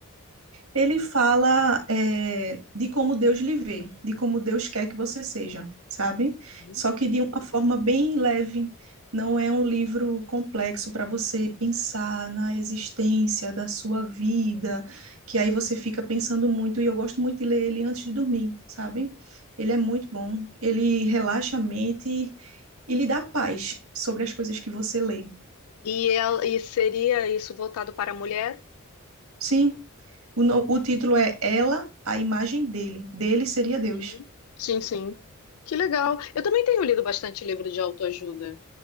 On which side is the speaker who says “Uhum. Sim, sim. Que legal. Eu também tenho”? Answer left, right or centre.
Left